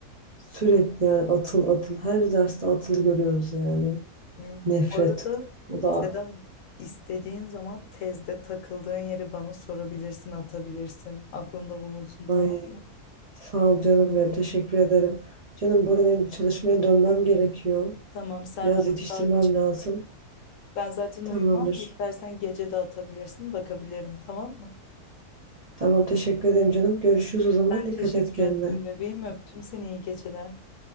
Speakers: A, on the right; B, on the left.
A: Sürekli yani atıl atıl. Her derste atılı görüyoruz yani.
B: Yok.
A: Nefret.
B: Bu arada
A: O da
B: Seda istediğin zaman tezde takıldığın yeri bana sorabilirsin, atabilirsin. Aklında bulunsun
A: ay
B: tamam mı?
A: sağ ol canım benim. Teşekkür ederim. Canım bu arada benim çalışmaya dönmem gerekiyor.
B: Tamam sen
A: Biraz
B: rahat
A: yetiştirmem
B: rahat çalış.
A: lazım.
B: Ben zaten
A: Tamamdır.
B: uyumam. İstersen gece de atabilirsin, bakabilirim, tamam mı?
A: Tamam teşekkür ederim canım. Görüşürüz o zaman.
B: Ben
A: Dikkat
B: teşekkür
A: et kendine.
B: ettim bebeğim. Öptüm seni. İyi geceler.